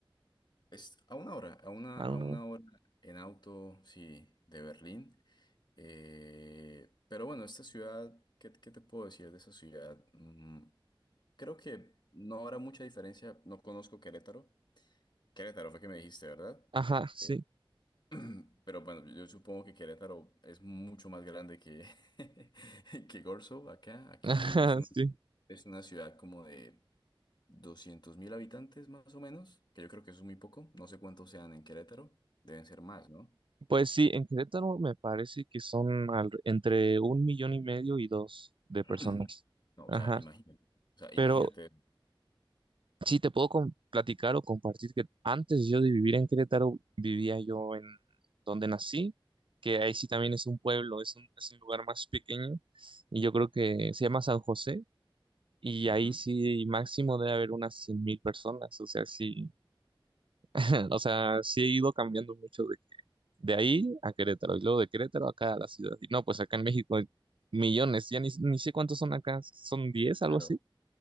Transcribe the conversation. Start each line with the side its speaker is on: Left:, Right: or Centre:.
Left: Es a una hora, a una,
Right: A
Left: a
Right: una
Left: una
Right: hora.
Left: hora en auto, sí, de Berlín. Eh, pero bueno, esta ciudad, ¿qué, qué te puedo decir de esa ciudad? Mm, creo que no habrá mucha diferencia. No conozco Querétaro. Querétaro fue que me dijiste, ¿verdad?
Right: Ajá, sí.
Left: Eh, <clears throat> pero bueno, yo supongo que Querétaro es mucho más grande que, <laughs> que Corzo acá. Aquí
Right: Ajá,
Left: es un-
Right: sí.
Left: es una ciudad como de doscientos mil habitantes más o menos, que yo creo que eso es muy poco. No sé cuántos sean en Querétaro. Deben ser más, ¿no?
Right: Pues sí, en Querétaro me parece que son al- entre un millón y medio y dos de
Left: <clears throat>
Right: personas.
Left: No,
Right: Ajá.
Left: o sea, imagínate. O sea,
Right: Pero
Left: imagínate.
Right: sí, te puedo com- platicar o compartir que antes yo de vivir en Querétaro, vivía yo en donde nací, que ahí sí también es un pueblo, es un, es un lugar más pequeño, y yo creo que se llama San José, y
Left: Ujú.
Right: ahí sí máximo debe haber unas cien mil personas, o sea, sí, <laughs> o sea, sí he ido cambiando mucho De ahí a Querétaro, y luego de Querétaro acá a la ciudad. Y no, pues acá en México hay millones, ya ni, ni sé cuántos son acá, son diez algo
Left: Claro.
Right: así.